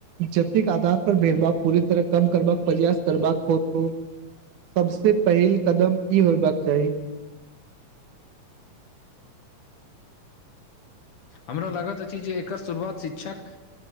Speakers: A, on the right; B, on the left.
A: जतिक आधार पर भेदभाव पूरी तरह कम करबाक प्रयास करबाक होत सबसे पहिल कदम ई होयबाक चाही
B: हमरा लागैत अछि जे एकर शुरुआत शिक्षक